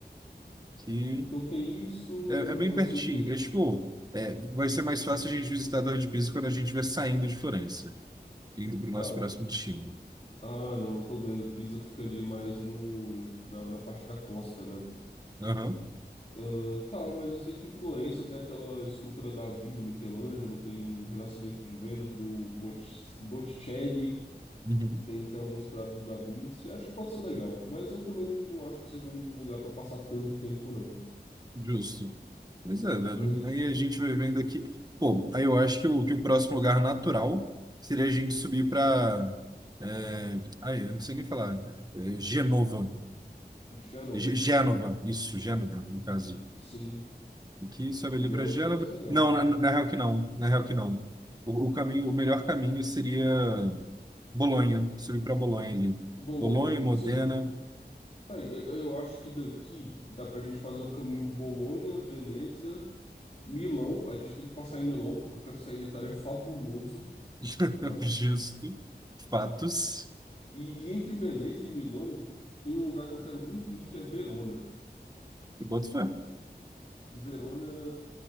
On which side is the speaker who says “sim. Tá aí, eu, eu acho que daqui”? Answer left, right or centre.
Left